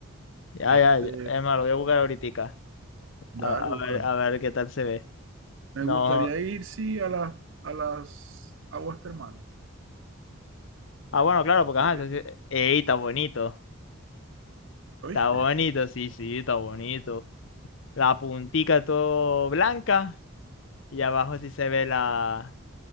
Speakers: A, on the left (about 60°); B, on the right (about 60°).
A: Ya,
B: Este,
A: ya, ya. Es más, lo voy a buscar ahorita.
B: dale,
A: A, a
B: búscalo.
A: ver, a ver qué tal se ve.
B: Me
A: No.
B: gustaría ir, sí, a las, a las aguas termales.
A: Ah, bueno, claro, porque
B: porque
A: ajá, eso sí- Ey, está bonito.
B: ¿Oíste?
A: Está bonito, sí, sí, está bonito. la puntica todo blanca y abajo sí se ve la...